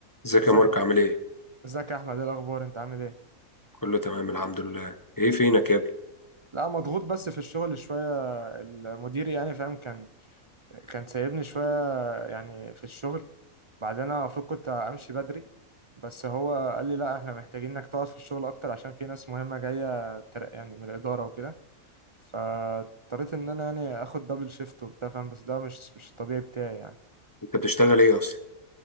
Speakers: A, on the left; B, on the right.
A: ازيك
B: ازيك
A: يا مارك عامل ايه؟
B: ازيك يا احمد ايه الاخبار انت عامل ايه
A: كله تمام الحمد لله ايه فينك يا ابني؟
B: لا مضغوط بس في الشغل شويه المدير يعني فاهم كان كان سايبني شويه يعني في الشغل بعدين انا المفروض كنت امشي بدري بس هو قال لي لا احنا محتاجين انك تقعد في الشغل اكتر عشان في ناس مهمه جايه تر- يعني من الاداره وكده فاضطريت ان انا يعني اخد دبل شيفت وبتاع فاهم بس ده مش مش الطبيعي بتاعي يعني
A: انت بتشتغل ايه اصلا؟